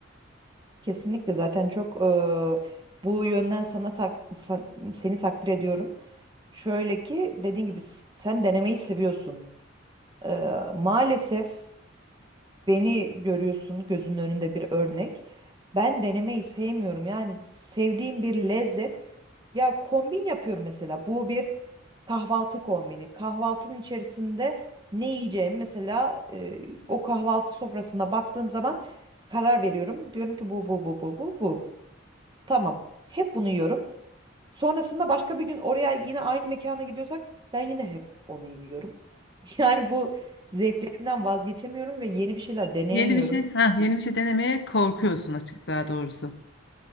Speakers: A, on the right; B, on the left.
A: Kesinlikle zaten çok eee, bu yönden sana tak, sen- seni takdir ediyorum. Şöyle ki dediğin gibi s- sen denemeyi seviyorsun. Eee, maalesef beni görüyorsun gözünün önünde bir örnek. Ben denemeyi sevmiyorum. Yani sevdiğim bir lezzet. Ya kombin yapıyorum mesela. Bu bir kahvaltı kombini. Kahvaltının içerisinde ne yiyeceğim mesela e, o kahvaltı sofrasına baktığım zaman karar veriyorum. Diyorum ki bu bu bu bu bu bu. Tamam. Hep bunu yiyorum. Sonrasında başka bir gün oraya yine aynı mekana gidiyorsak ben yine hep onu yiyorum. <laughs> Yani bu zevklerimden vazgeçemiyorum ve yeni bir şeyler deneyemiyorum.
B: Yeni bir şey, ha yeni bir şey denemeye korkuyorsun açık daha doğrusu.